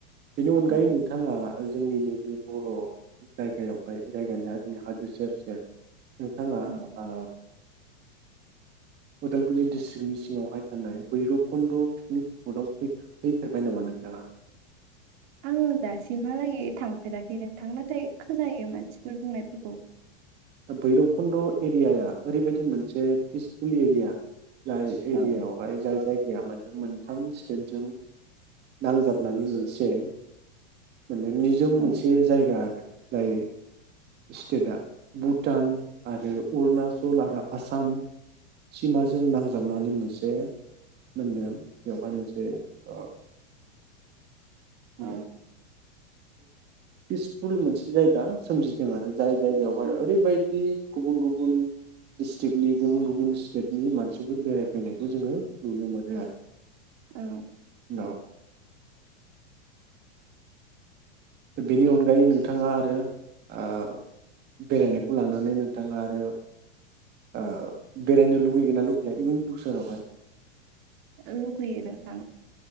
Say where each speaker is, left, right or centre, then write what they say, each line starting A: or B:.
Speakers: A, on the right; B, on the right.
A: बेनि अनगायै
B: औ
A: नोंथाङा जोंनि नैबे बर' जाय गायावहाय जायगानिया जोंनि हाजो सेर सेर नोंथाङा
B: औ
A: ओ उदालगुरि डिस्ट्रिक्टनि सिङावहाय थानाय भैरबकुन्द पिकनिक स्पटआव फैफेरबाय नामा नोंथाङा?
B: आङो दासिमहालागै थांफेराखै नोंथां नाथाय खोनायो मानसिफोर बुंनायफोरखौ।
A: बैरबकुन्द एरियाया ओरैबायदि मोनसे पिसफुल एरिया। जाय
B: औ
A: एरियायावहाय जाय जाय या मोनथाम स्टेटजों नांजाबनानै मोनसे माने निजोम
B: औ
A: मोनसे जायगा आरो। जाय स्टेटआ भुटान आरो अरुणाचल आरो आसाम सिमाजों नांजाबनानै मोनसे मोनदों बेवहाय मोनसे ओ
B: औ
A: दा। पिसफुल मोनसे जायगा सोमजिदों आरो जाय जायगायावहाय ओरैबायदि गुबुन गुबुन डिस्ट्रिकनि गुबुन गुबुन स्टेटनि मानसिफोर बेरायफैनायखौ जोङो नुनो मोनो आरो।
B: औ।
A: उनाव बेनि अनगायै नोंथाङा आरो ओ बेरायनायखौ लानानै नोंथाङा आरो ओ बेरायनो लुगैगोनना लुगैया इयुन फिउचारावहाय।
B: लुुबैयो नोंथां